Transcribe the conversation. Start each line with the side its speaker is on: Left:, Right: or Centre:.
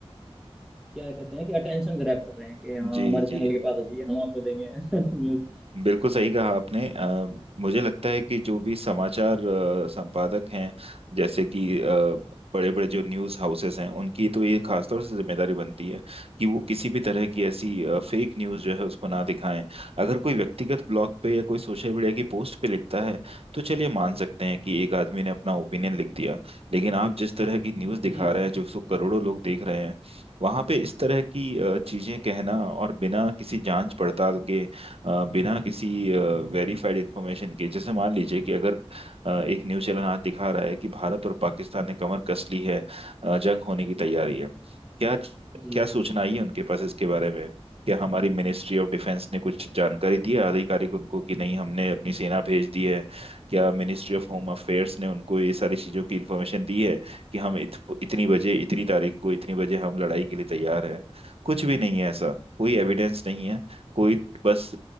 Centre: क्या कहते हैं कि अटेंशन ग्रैब कर रहे हैं कि हाँ
Right: जी
Centre: हमारे चैनल
Right: जी
Centre: के पास आ जाइए हम आपको देंगे <laughs> न्यूज़
Right: बिल्कुल सही कहा आपने अ, मुझे लगता है कि जो भी समाचार अ, संपादक हैं जैसे कि बड़े बड़े जो न्यूज़ हाउसेस हैं उनकी तो ये खासतौर से जिम्मेदारी बनती है कि वो किसी भी तरह की ऐसी फेक न्यूज़ जो है उसको ना दिखाएं अगर कोई व्यक्तिगत ब्लॉग पे या कोई सोशल मीडिया की पोस्ट पे लिखता है तो चलिए मान सकते हैं कि एक आदमी ने अपना ओपिनियन लिख दिया लेकिन आप जिस तरह की न्यूज़ दिखा
Centre: जी
Right: रहे हैं जो उसको करोड़ों लोग देख रहे हैं वहां पे इस तरह की अ, चीजें कहना और बिना किसी जांच पड़ताल के अ, बिना किसी वेरीफाइड इंफॉर्मेशन के जैसे मान लीजिए कि अगर अ, एक न्यूज़ चैनल आज दिखा रहा है कि भारत और पाकिस्तान ने कमर कस ली है अ, जंग होने की तैयारी है क्या
Centre: जी
Right: क्या सूचना आई है उनके पास इसके बारे में क्या हमारी मिनिस्ट्री ऑफ डिफेंस ने कुछ जानकारी दी है आधिकारिक उनको कि नहीं हमने अपनी सेना भेज दी है क्या मिनिस्ट्री ऑफ होम अफेयर्स ने उनको ये सारी चीज़ों की इन्फॉर्मेशन दी है कि हम इत, इतनी बजे इतनी तारीख को इतनी बजे हम लड़ाई के लिए तैयार हैं कुछ भी नहीं है ऐसा कोई एविडेंस नहीं है कोई बस